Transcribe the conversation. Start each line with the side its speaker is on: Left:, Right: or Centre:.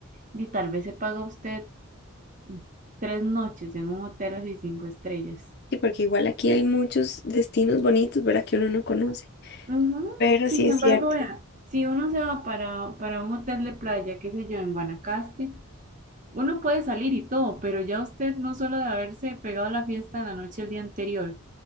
Right: y tal vez se paga usted mm, tres noches en un hotel así cinco estrellas.
Left: Sí, porque igual aquí hay muchos destinos bonitos, ¿verdad? Que uno no conoce.
Right: Ujú.
Left: Pero
Right: Sin
Left: sí es
Right: embargo,
Left: cierto.
Right: vea, Si uno se va para, para un hotel de playa, qué sé yo, en Guanacaste, Uno puede salir y todo, pero ya usted no solo de haberse pegado la fiesta en la noche el día anterior